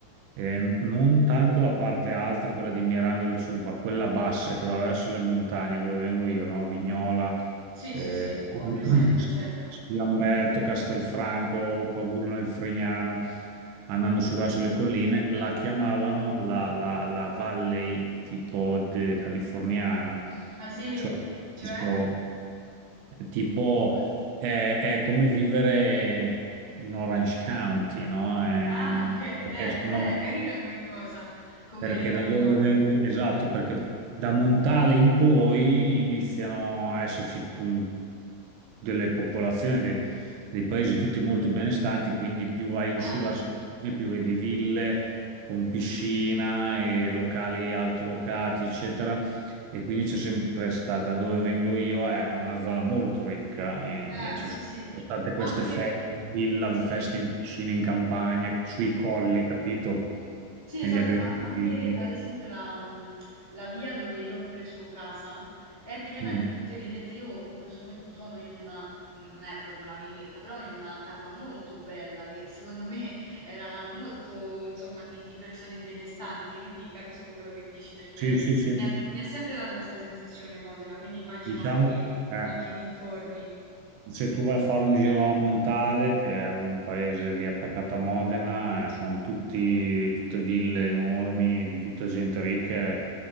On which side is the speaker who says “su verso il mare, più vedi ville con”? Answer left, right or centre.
Right